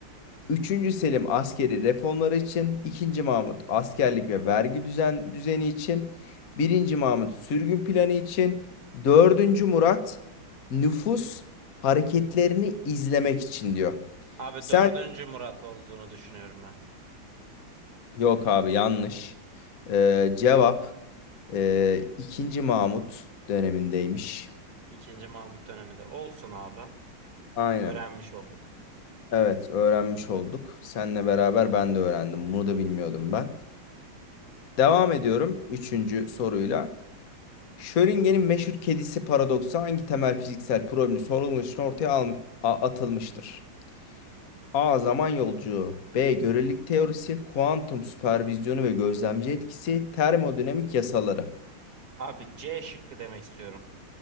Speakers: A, on the left; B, on the right.
A: Üçüncü Selim askeri reformları için, ikinci Mahmut askerlik ve vergi düzen, düzeni için, birinci Mahmut sürgün planı için, dördüncü Murat nüfus hareketlerini izlemek için diyor.
B: Abi
A: Sen
B: dördüncü Murat olduğunu düşünüyorum ben.
A: yok abi yanlış. Ee, cevap ee, ikinci Mahmut dönemindeymiş.
B: İkinci Mahmut döneminde. Olsun abi.
A: Aynen.
B: Öğrenmiş olduk.
A: Evet, öğrenmiş olduk. Seninle beraber ben de öğrendim. Bunu da bilmiyordum ben. Devam ediyorum üçüncü soruyla. Schrödinger'in meşhur kedisi paradoksu hangi temel fiziksel problemin sorulması için ortaya al- a- atılmıştır? A. Zaman yolculuğu B. Görelilik teorisi Kuantum süpervizyonu ve gözlemci etkisi Termodinamik yasaları
B: Abi C şıkkı demek istiyorum.